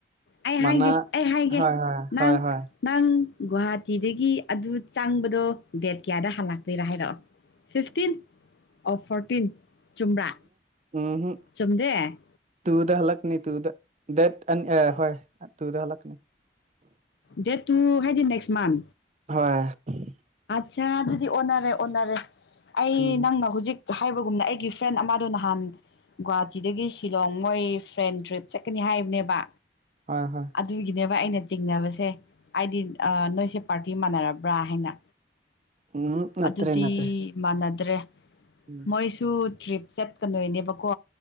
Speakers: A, on the left (about 65°); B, on the right (about 40°).
A: ꯑꯩ
B: ꯃꯅꯥ
A: ꯍꯥꯏꯒꯦ ꯑꯩ ꯍꯥꯏꯒꯦ
B: ꯍꯣꯏ ꯍꯣꯏ
A: ꯅꯪ
B: ꯍꯣꯏ ꯍꯣꯏ
A: ꯅꯪ ꯒꯨꯍꯥꯇꯤꯗꯒꯤ ꯑꯗꯨ ꯆꯪꯕꯗꯣ ꯗꯦꯠ ꯀꯌꯥꯗ ꯍꯜꯂꯇꯣꯏꯔꯥ ꯍꯥꯏꯔꯛꯑꯣ ꯐꯤꯐꯇꯤꯟ ꯑꯣꯔ ꯐꯣꯔꯇꯤꯟ ꯆꯨꯝꯕ꯭ꯔꯥ
B: ꯎꯝ ꯍꯨ
A: ꯆꯨꯝꯗꯦ
B: ꯇꯨꯗ ꯍꯂꯛꯅꯤ ꯇꯨꯗ ꯗꯦꯠ ꯑꯅ ꯑ ꯍꯣꯏ ꯇꯨꯗ ꯍꯜꯂꯛꯀꯅꯤ
A: ꯗꯦꯠ ꯇꯨ ꯍꯥꯏꯗꯤ ꯅꯦꯛꯁ ꯃꯟ
B: ꯍꯣꯏ
A: ꯁꯦ ꯑꯗꯨꯗꯤ ꯑꯣꯟꯅꯔꯦ ꯑꯣꯟꯅꯔꯦ ꯑꯩ
B: ꯎꯝ
A: ꯅꯪꯅ ꯍꯧꯖꯤꯛ ꯍꯥꯏꯕꯒꯨꯝꯅ ꯑꯩꯒꯤ ꯐ꯭ꯔꯦꯟ ꯑꯃꯗꯣ ꯅꯍꯥꯟ ꯒꯨꯍꯥꯇꯤꯗꯒꯤ ꯁꯤꯂꯣꯡ ꯃꯣꯏ ꯐ꯭ꯔꯦꯟ ꯇ꯭ꯔꯤꯞ ꯆꯠꯀꯅꯤ ꯍꯥꯏꯕꯅꯦꯕ
B: ꯍꯣꯏ ꯍꯣꯏ
A: ꯑꯗꯨꯒꯤꯅꯦꯕ ꯑꯩꯅ ꯆꯤꯡꯅꯕꯁꯦ ꯁꯦ ꯑꯩꯗꯤ ꯑꯥ ꯅꯣꯏꯁꯦ ꯄꯥꯔꯇꯤ ꯃꯥꯟꯅꯔꯕ꯭ꯔꯥ ꯍꯥꯏꯅ
B: ꯎꯝ ꯅꯠꯇ꯭ꯔꯦ
A: ꯑꯗꯨꯗꯤ
B: ꯅꯠꯇ꯭ꯔꯦ
A: ꯃꯥꯟꯅꯗꯦ ꯠꯇ꯭ꯔꯦ
B: ꯎꯝ
A: ꯃꯣꯏꯁꯨ ꯇ꯭ꯔꯤꯞ ꯆꯠꯀꯗꯣꯏ ꯅꯦꯕꯀꯣ